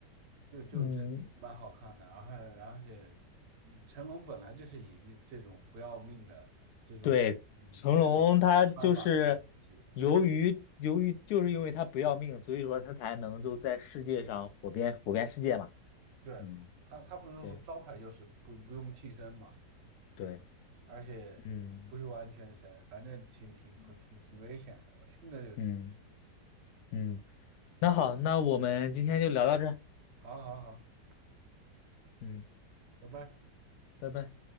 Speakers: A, on the right; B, on the left.
A: 就就这蛮好看的，
B: 嗯，
A: 然后而且，嗯，成龙本来就是以这种不要命的这种以这种方方法去演戏，
B: 对，成龙他就是由于由于就是因为他不要命，所以说他才能就在世界上火遍火遍世界嘛。
A: 对他他不是招牌就是不不用替身嘛，
B: 嗯，对对，
A: 而且不用安全绳，
B: 嗯
A: 反正挺挺挺挺危险的，
B: 嗯，
A: 我听着就挺
B: 嗯嗯那好，那我们今天就聊到这儿
A: 好好好，
B: 嗯，
A: 拜拜。
B: 拜拜。